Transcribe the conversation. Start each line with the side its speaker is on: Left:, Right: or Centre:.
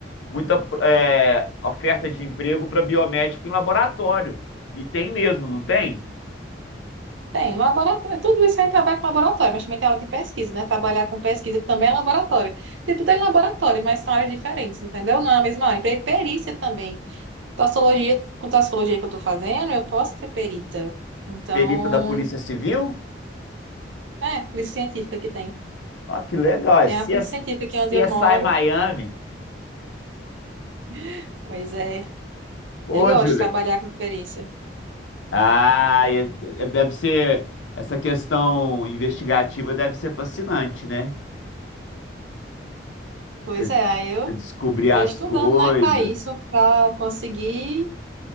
Left: muita é, oferta de emprego para biomédico em laboratório. E tem mesmo, não tem?
Right: tem laboratório, tudo isso aí trabalha com laboratório, mas também tem aula de pesquisa, né? Trabalhar com pesquisa que também é laboratório. Tem tudo é laboratório, mas são áreas diferentes, entendeu? Não é a mesma área. E Perícia também. Toxicologia, com toxicologia que eu estou fazendo, eu posso ser perita. Então,
Left: Perita da Polícia Civil?
Right: é, polícia científica que tem.
Left: Ah, que legal.
Right: Tem
Left: É
Right: a polícia
Left: CS,
Right: científica aqui
Left: CSI
Right: onde eu moro.
Left: Miami.
Right: <laughs> Pois é,
Left: Pô,
Right: eu gosto
Left: Júlia.
Right: de trabalhar com perícia.
Left: Ah, e- e- deve ser. Essa questão investigativa deve ser fascinante, né?
Right: Pois
Left: Você
Right: é, aí eu
Left: você descobrir
Right: Estou
Left: as
Right: estudando,
Left: coisas.
Right: né, para isso, para conseguir